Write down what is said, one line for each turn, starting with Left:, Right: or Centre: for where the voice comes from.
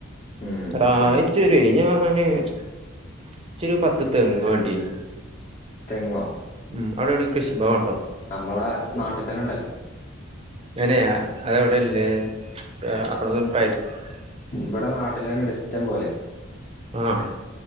Left: ഉം
Right: എടാ
Left: ഉം
Right: ഇച്ചൊര് നാ ന് ച്ചൊര് പത്ത് തെങ്ങ് വണ്ടിയിനു
Left: തെങ്ങോ
Right: മ്മ് അവിടെവിടെയും കൃഷിഭവൻ ഉണ്ടോ
Left: നമ്മള നാട്ട് ത്തന്ന ണ്ടല്ലോ
Right: ങ്ങനെയാ അതെവ്ടെല്ലേ അ അപ്പുറത്തും പരി <unintelligible>
Left: ബ്ട നാട്ടിലെന്നണ്ട് ഇഷ്ട്ടം പോലെ
Right: ആഹ്